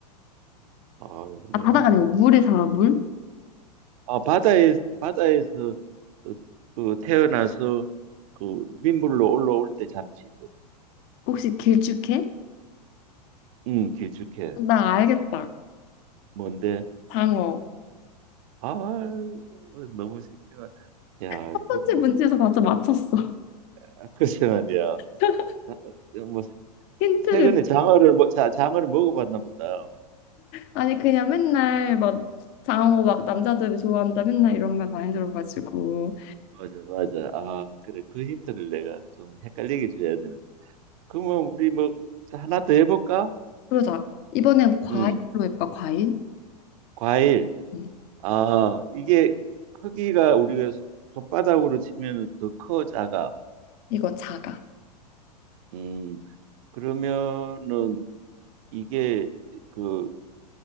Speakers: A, on the right; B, on the left.
A: 아, 내가
B: 아, 바다가
A: 힌트를.
B: 아니고 물에 살아, 물?
A: 아, 바다에 바다에서 어, 그 태어나서 그 민물로 올라올 때 잡지. 뭐.
B: 혹시 길쭉해?
A: 응, 길쭉해.
B: 나 알겠다.
A: 뭔데?
B: 장어.
A: 아, 너무 새끼가. 야,
B: 첫 번째
A: 이거 뭐
B: 문제에서 맞춰 맞췄어.
A: 아, 글쎄 말이야.
B: <laughs>
A: 자, 뭐
B: 힌트를.
A: 최근에 장어를 뭐 자, 장어를 먹어봤나 보다.
B: 아니, 그냥 맨날 막 장어 막 남자들이 좋아한다 맨날 이런 말 많이 들어가지고.
A: 맞아, 맞아. 아, 그래. 그 힌트를 내가 좀 헷갈리게 줘야 되는데. 그러면 우리 뭐 자, 하나 더 해볼까?
B: 그러자. 이번엔 과일로
A: 응,
B: 해볼까, 과일?
A: 과일.
B: 음,
A: 아, 이게 크기가 우리가 손바닥으로 치면 더 커, 작아.
B: 이거 자가.
A: 음, 그러면은 이게 그